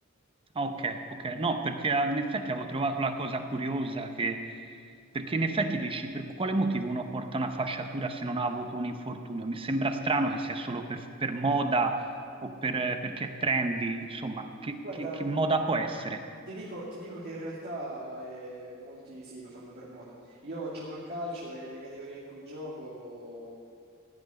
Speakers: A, on the right; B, on the right.
A: Ah, ok, ok. No, perché ah, in effetti avevo trovato la cosa curiosa che... Perché in effetti dici, per quale motivo uno porta una fasciatura se non ha avuto un infortunio? Mi sembra strano che sia solo per, per moda o per- perché è trendy, insomma, che,
B: Guarda,
A: che- che moda può essere?
B: ti dico, ti dico che in realtà eh, molti sì, lo fanno per moda. Io gioco a calcio e nelle categorie in cui gioco